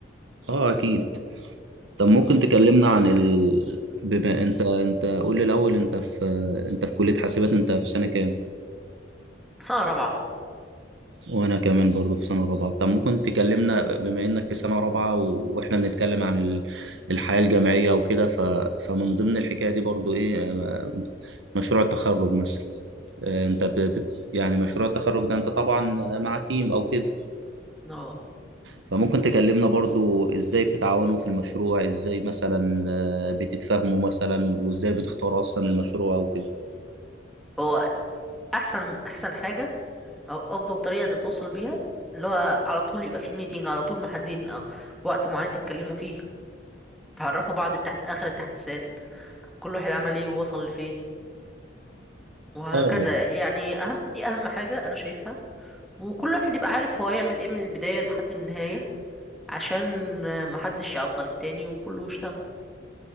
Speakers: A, on the right; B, in the centre.
A: اه أكيد طب ممكن تكلمنا عن ال... بما انت انت قول لي الاول انت في انت في كلية حاسبات انت في سنة كام
B: سنة رابعة
A: وانا كمان برضو في سنة رابعة طب ممكن تكلمنا بما انك في سنة رابعة و... واحنا بنتكلم عن ال... الحياة الجامعية وكده ف... فمن ضمن الحكاية دي برضو ايه آه، مشروع التخرج مثلا آه، انت ب... بت... يعني مشروع التخرج ده انت طبعا مع تيم او كده
B: اه
A: فممكن تكلمنا برضو ازاي بتتعاونوا في المشروع ازاي مثلا آه، بتتفاهموا مثلا وازاي بتختاروا اصلا المشروع او كده
B: هو احسن احسن حاجه او افضل طريقه تتواصل بيها اللي هو على طول يبقى في ميتنج على طول محددين او وقت معين تتكلموا فيه تعرفوا بعض تحت اخر التحديثات كل واحد عمل ايه ووصل لفين وهكذا
A: اه
B: يعني اهم دي اهم حاجه انا شايفها وكل واحد يبقى عارف هو هيعمل ايه من البدايه لحد النهايه عشان آه، محدش يعضل التاني وكله يشتغل